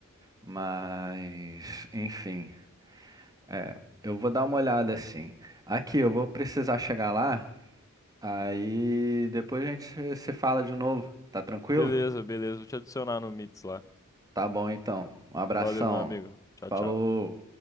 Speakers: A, on the right (about 15°); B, on the left (about 15°).
A: Mas, enfim, é, eu vou dar uma olhada assim. Aqui, eu vou precisar chegar lá, aí depois a gente se se fala de novo, tá tranquilo?
B: Beleza, beleza. Vou te adicionar no Mits lá.
A: Tá bom então. Um abração.
B: Valeu, meu amigo. Tchau,
A: Falou.
B: tchau.